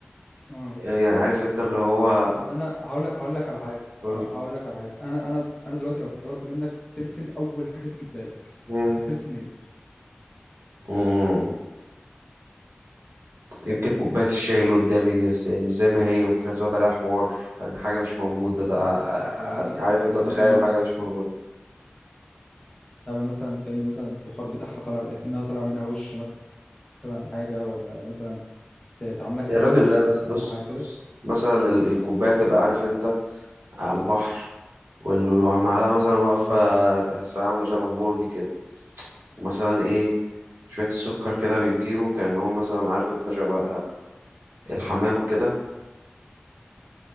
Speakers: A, on the left; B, on the right.
A: آه.
B: يعني عارف انت اللي هو
A: طب انا هقول لك هقول لك على حاجه
B: قول
A: ه- هقول لك على حاجه انا انا انا دلوقتي لو طلبت منك ترسم اول حاجه تيجي في بالك
B: مم.
A: هترسم ايه
B: مم. يمكن كوباية الشاي اللي قدامي دي بس يعني مش زي ما هي ممكن أزود عليها حوار يعني حاجة مش موجودة ده- ع-
A: زي ايه
B: ع- عارف
A: زي
B: أنت تخيل
A: ايه مثلا
B: حاجة مش موجودة
A: تعمل مثلا كأن مثلا البخار بتاعها طالع كأنها طالع منها وش مثلا مثلا حاجه ولا مثلا ت- تعملها كأنها
B: يا راجل
A: بحر
B: لا بس
A: مثلا
B: بص
A: او حاجه كده
B: بص مثلا ال- الكوباية تبقى عارف أنت على البحر والمعلقة مثلا واقفة
A: مم.
B: تحسها عاملة شبه برج كده ومثلا إيه شوية السكر كده بيطيروا كأنهم مثلا عارف أنت شبه الحمام كده